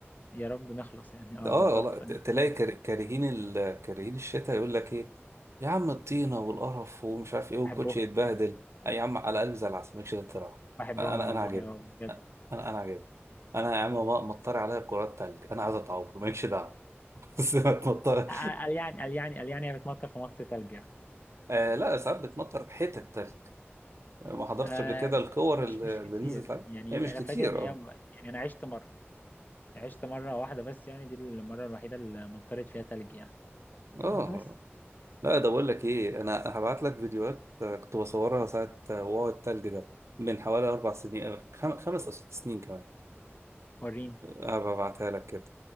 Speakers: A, on the left; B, on the right.
A: يا رب نخلص يعني اه
B: اه
A: بالظبط
B: والله ت-
A: أيوة.
B: تلاقي كار- كارهين ال... كارهين الشتاء يقول لك ايه يا عم الطينه والقرف ومش عارف ايه والكوتش
A: بحبهم
B: يتبهدل آه يا عم على الاقل زي العسل مالكش غير تروح
A: بحبهم
B: انا
A: والله
B: انا عاجبني
A: اه بجد
B: انا انا عاجبني انا يا عم ما- مطر عليا كرات تلج انا عايز اتعور مالكش دعوه <laughs> بس ما تمطر
A: قال يعني قال يعني قال يعني هي بتمطر في مصر تلج يعني
B: آه لا ساعات بتمطر حتت تلج ما حضرتش
A: آه
B: قبل كده الكور
A: مش
B: اللي
A: مش كتير
B: اللي نزلت عليها
A: يعني
B: هي مش
A: انا
B: كتير
A: فاكر ان هي
B: آه.
A: يعني انا عشت مره عشت مره واحده بس يعني دي المره الوحيده اللي مطرت فيها تلج يعني
B: اه
A: آه بس
B: لا ده بقول لك ايه انا هبعت لك فيديوهات آه، كنت بصورها ساعه آه، وقوع التلج ده من حوالي اربع سنين آه، خم- خمس او ست سنين كمان
A: وريني
B: هبعتها لك كده